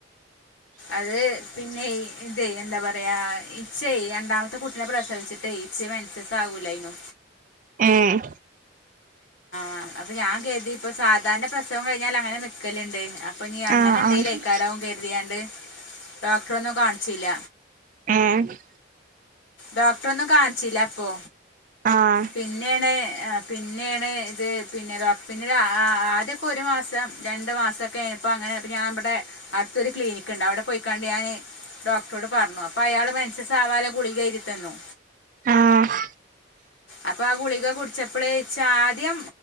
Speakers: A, on the left; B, on the right.
A: അത് പിന്നെ ഇത് എന്താ പറയാ ഇചേ രണ്ടാമത്തെ കുട്ടിനെ പ്രസവിച്ചിട്ടെ ഇച്ച് മേ ചേത്താകുലെയ്നു
B: ഏഹ്
A: ആഹ് അപ്പൊ ഞാൻ കരുതി ഇപ്പോ സാധാരണ പ്രസ്‌ സവം കഴിഞ്ഞാൽ അങ്ങനെ നിക്കല്ണ്ട് അപ്പൊ നീ അങ്ങനെ
B: ആഹ് ആഹ്
A: എന്തേലും ആയിരിക്കും കര്തി ക്കിയാണ്ട് ഡോക്ടറേ ഒന്നും കാണിച്ചില്ല
B: ഏഹ്
A: ഡോക്ടർ ഒന്നും കാണിച്ചില്ല അപ്പൊ
B: ആഹ്
A: പിന്നെയാണ് പിന്നെയാണ് ഇത് പിന്നെ പിന്നെ ആ ആദ്യമൊക്കെ ഒരു മാസം രണ്ട് മാസക്കെ അപ്പൊ അങ്ങനെ അപ്പൊ ഞാൻ ഇവിടെ അടുത്തൊരു ക്ലിനിക്ക്ണ്ട് അവിടെ പോയിക്കാണ്ട് ഞാന് ഡോക്ടറോട് പറഞ്ഞു. അപ്പൊ അയാൾ മേൻസസ് ആവാനുള്ള ഗുളിക എഴ്തി തന്നു
B: ആഹ്
A: അപ്പൊ ആ ഗുളിക കുടിച്ചപ്പള് ഇച് ആദ്യം